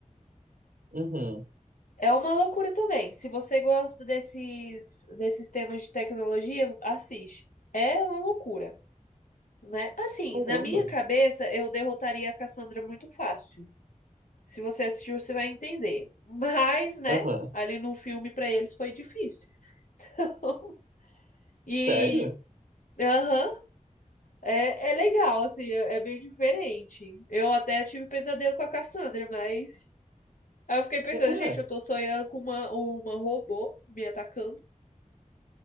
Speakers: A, on the right; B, on the left.
A: Uhum.
B: É uma loucura também. Se você gosta desses desses temas de tecnologia, assiste. É uma loucura, né? Assim,
A: Caramba.
B: na minha cabeça, eu derrotaria a Cassandra muito fácil. Se você assistiu, você vai entender. Mas, né?
A: Aham.
B: Ali no filme, para eles foi difícil. <laughs>
A: Sério?
B: E. Aham. uh-huh, é, é legal, assim, é, é bem diferente. Eu até tive pesadelo com a Cassandra, mas. Aí eu fiquei pensando,
A: É,
B: gente, eu tô sonhando com uma, uma robô me atacando.